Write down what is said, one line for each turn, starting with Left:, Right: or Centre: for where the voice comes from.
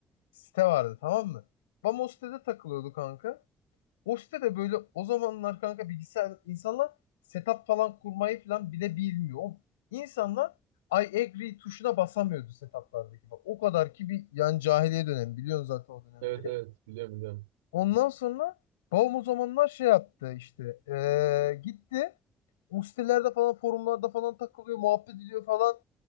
Left: site vardı tamam mı? Bam o sitede takılıyordu kanka. O sitede böyle o zamanlar kanka bilgisayar insanlar setup falan kurmayı falan bile bilmiyor. Oğlum, İnsanlar I agree tuşuna basamıyordu setuplardaki. Bak o kadar ki bir yani cahiliye dönemi biliyorsun zaten o dönemleri.
Right: Evet evet biliyorum biliyorum.
Left: Ondan sonra babam o zamanlar şey yaptı işte eee, gitti o sitelerde falan forumlarda falan takılıyor muhabbet ediyor falan.